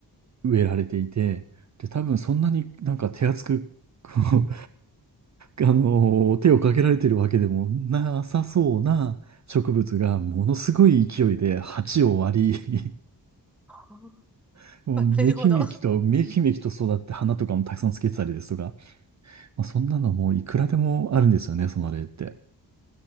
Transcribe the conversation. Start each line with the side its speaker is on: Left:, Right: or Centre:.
Right: 植えられていて、で、多分そんなになんか手厚く、こう <laughs> あのー手をかけられてるわけでもなさそうな植物がものすごい勢いで鉢を割り
Centre: うん
Right: <laughs> もうめきめきと、
Centre: バレるほど。<laughs> あ
Right: めきめきと育って花とかもたくさんつけてたりですとか、まあ、そんなのもういくらでもあるんですよね、その例って。